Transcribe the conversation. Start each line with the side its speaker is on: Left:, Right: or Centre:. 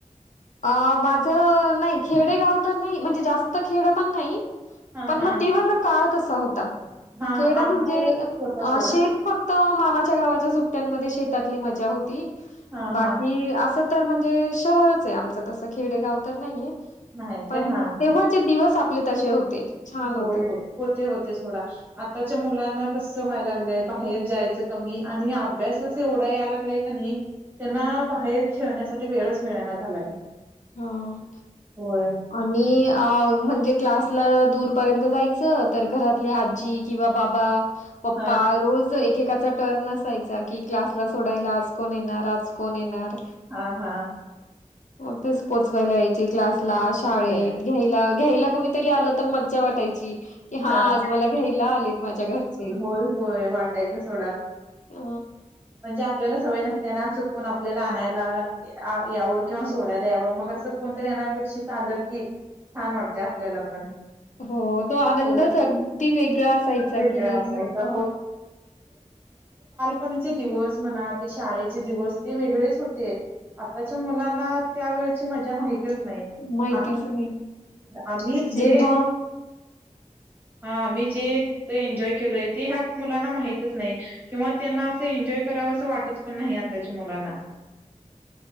Left: अ माझं नाही खेडे गाव तर नाही, म्हणजे जास्त खेड पण नाही.
Right: हा
Left: पण
Right: हा
Left: मग तेव्हाचा काळ तसा होता,
Right: हा
Left: खेड
Right: हा आमच्या
Left: म्हणजे
Right: वेळेस होता सोडा
Left: शेत फक्त मामाच्या गावाच्या सुट्ट्यांमध्ये, शेत मजा होती
Right: हा
Left: बा
Right: हा
Left: अस म्हणजे. आमच तस खेडेगाव तर नाहीये,
Right: नाही
Left: पण
Right: काय हा हा
Left: तेव्हाचे दिवस आपले तसे होते. छान
Right: होय
Left: होते
Right: होते होते थोडा आताच्या मुलांना, कसं व्हाय लागलंय, बाहेर जायचं कमी आणि अभ्यासच एवढा याय लागलाय का नाही त्यांना. बाहेरेन यासाठी वेळच मिळा झालाय,
Left: ह
Right: होय
Left: आणि अ म्हणजे क्लासला, दूर पर्यंत जायच तर घरातले आजी किंवा बाबा पप्पा
Right: हा
Left: रोज एक, एकेकाचा टर्न असायचा की क्लासला सोडायला आज कोण येणार आज कोण येणार.
Right: हा हा
Left: मग ते पोहचयला ला यायचे क्लासला शाळेत
Right: होय.
Left: घ्यायला घ्यायला, कुणीतरी आलं तर मज्जा वाटायची, की हा
Right: हाय
Left: आज मला घ्यायला आलेत माझ्या घरचे
Right: होय होय वाटायचं थोडा,
Left: अ
Right: म्हणजे, आपल्याला सवय नसतेना, असं कोण आपल्याला आणायला याव किंवा सोडायला यावं मग असं कोणतरी. अनपेक्षित आलं‌ की स छान वाटतं आपल्याला पण,
Left: हो तो आनंदच
Right: होय.
Left: अगदी वेगळा असायचा
Right: वेगळा
Left: कि,
Right: असायचा पचे दिवस म्हणा ते शाळेचे दिवस ते वेगळेच होते. आताच्या मुलांना त्या वेळेची मजा माहिती, नाही
Left: माहितीच
Right: आ्
Left: नाही
Right: आम्ही जे,
Left: जेव्हा
Right: हा आम्ही जे तिथ एन्जॉय केलोय ते ह्या मुलांना माहितच नाही किंवा त्यांना अस, एन्जॉय कराव असं वाटत पण नाही, आताच्या मुलांना,
Left: ह <unintelligible>